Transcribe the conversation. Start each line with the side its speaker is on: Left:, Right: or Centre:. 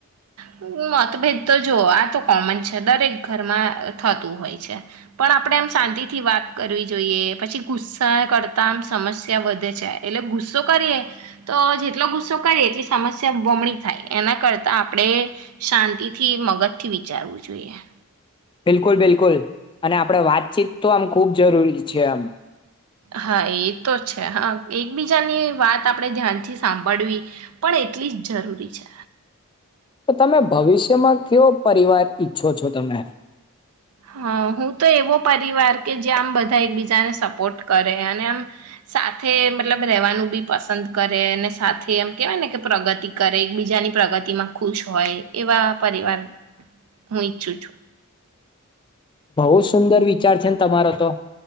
Right: હ મતભેદ તો જો આ તો કોમન છે દરેક ઘરમા થતુ હોય છે. પણ આપણે એમ શાંતિથી વાત કરવી જોઈએ, પછી ગુસ્સા કરતા આમ સમસ્યા વધે છે. એટલે ગુસ્સો કરીએ તો જેટલો ગુસ્સો કરીએ એટલી સમસ્યા બમણી થાય. એના કરતા આપણે શાંતિથી મગજથી વિચારવુ જોઈએ.
Left: બિલકુલ બિલકુલ અને આપણે વાતચીત તો આમ ખુબ જરૂરી છે આમ.
Right: હા એ તો છે હા એકબીજાની વાત આપણે ધ્યાનથી સાંભળવી પણ એટલી જ જરૂરી છે.
Left: તો તમે ભવિષ્યમાં કેવો પરિવાર ઈચ્છો છો તમે?
Right: હ હું તો એવો પરિવાર કે જે આમ બધા એકબીજાને સપોર્ટ કરે, અને આમ સાથે મતલબ રહેવાનું બી પસંદ કરે, અને સાથે એમ કેહેવાય ને કે પ્રગતિ કરે એકબીજાની પ્રગતિમાં ખુશ હોય એવા પરિવાર હું ઈચ્છું છું.
Left: બહુ સુંદર વિચાર છે ને તમારો તો.